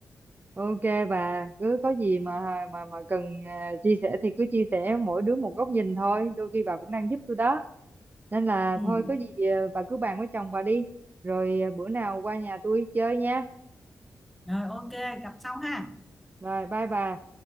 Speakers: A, on the right; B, in the centre.
A: ok bà cứ có gì mà mà mà cần à, chia sẻ thì cứ chia sẻ mỗi đứa một góc nhìn thôi đôi khi bà cũng đang giúp tôi đó nên là
B: Ừ.
A: thôi có gì à, bà cứ bàn với chồng bà đi rồi à, bữa nào qua nhà tôi chơi nha
B: Rồi ok, gặp sau ha.
A: rồi bye bà